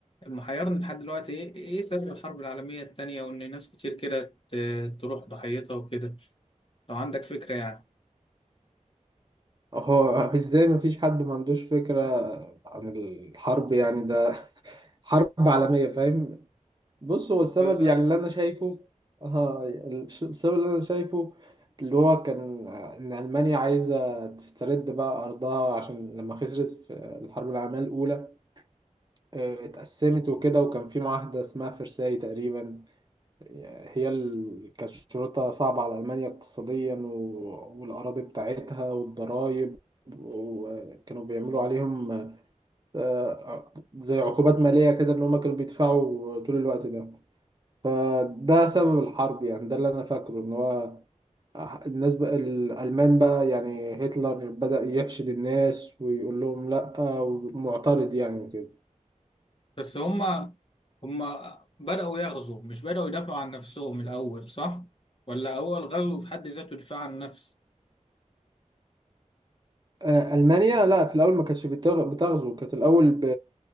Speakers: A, on the left (about 45°); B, on the right (about 35°).
A: محيرني لحد دلوقتي ايه ايه سبب الحرب العالمية التانية وان ناس كتير كده ت- تروح ضحيتها وكده لو عندك فكرة يعني
B: هو ازاي مفيش حد ما عندوش فكرة عن الحرب يعني ده حرب عالمية فاهم بص هو السبب
A: بالظبط
B: يعني اللي انا شايفه آه الش- السبب اللي انا شايفه اللي هو كان آه، ان المانيا عايزة تسترد بقى ارضها عشان لما خسرت في الحرب العالمية الاولى آه، اتقسمت وكده وكان في معاهدة اسمها فرساي تقريبا هي ال- كشروطها صعبة على ألمانيا اقتصاديا و- والأراضي بتاعتها والضرايب وكانوا بيعملوا عليهم آه، زي عقوبات مالية كده إن هما كانوا بيدفعوا طول الوقت ده فده سبب الحرب يعني ده اللي أنا فاكره إن هو الناس بقى الألمان بقى يعني هتلر بدأ يحشد الناس ويقول لهم لأ ومعترض يعني وكده
A: بس هما هما بدأوا يغزوا مش بدأوا يدافعوا عن نفسهم الأول صح؟ ولا هو الغزو في حد ذاته دفاع عن النفس؟
B: آه، ألمانيا لا في الأول ما كانتش بتغ- بتغزو كانت الأول